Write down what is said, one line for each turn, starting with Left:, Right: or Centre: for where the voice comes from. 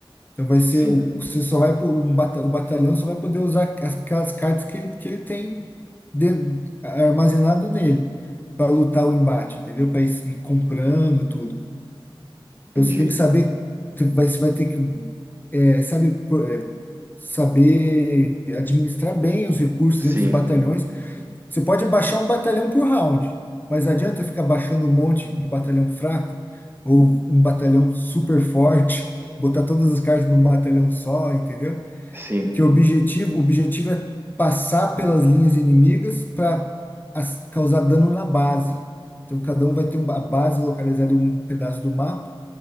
Left: Então vai ser,
Right: Sim,
Left: o- você só vai, po- um bata- o batalhão só vai poder usar as- aquelas cartas que ele, que ele tem de- armazenado nele para lutar o embate, entendeu? Para ir ir comprando tudo.
Right: entendi.
Left: Então você tem que saber, você vai, você vai ter que, é, sabe, pro- é, saber administrar bem os recursos
Right: Sim,
Left: entre os batalhões. Você pode baixar um batalhão por round, mas não adianta ficar baixando um monte de batalhão fraco ou um batalhão super forte, botar todas as cartas num batalhão só, entendeu?
Right: sim.
Left: Que o objetivo, o objetivo é passar pelas linhas inimigas para causar dano na base. Então cada um vai ter uma base localizada em um pedaço do mapa